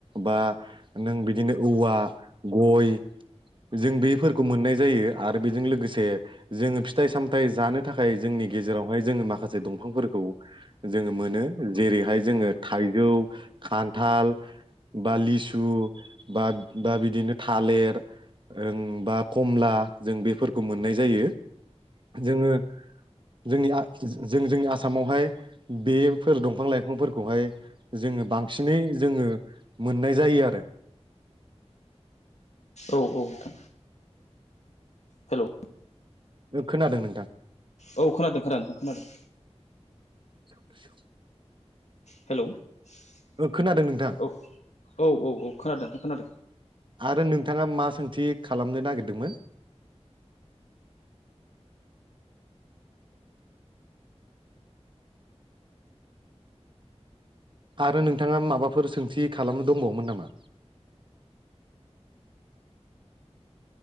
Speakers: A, on the right; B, on the left.
A: बा नों बिदिनो औवा गय जों बेफोरखौ मोननाय जायो आरो बेजों लोगोसे जोङो फिथाइ सामथायाइ जानो थाखाय जोंनि गेजेरावहाय जोङो माखासे दंफांफोरखौ। जोङो मोनो जेरैहाय जोङो थाइजौ, खान्थाल बा लिसु बा बा बिदिनो थालिर ओ बा कमला जों बेफोरखौ मोननाय जायो जोङो। जोंनि जों जोंनि आसामावहाय बेफोर दंफां लाइफांफोरखौहाय जोङो बांसिनै जोङो मोननाय जायो आरो।
B: औ औ नोंथां। हेलौ
A: ओ खोनादों नोंथां
B: औ खोनादों खोनादों खोनादों
A: ज
B: हेल' औ
A: खोनादों नोंथां
B: औ औ औ खोनादोंथ खोनादों।
A: आरो नोंथाङा मा सोंथि खालामनो नागिरदोंमोन आरो नोंथाङा माबाफोर सोंथि खालामनो दंबावोमोन नामा?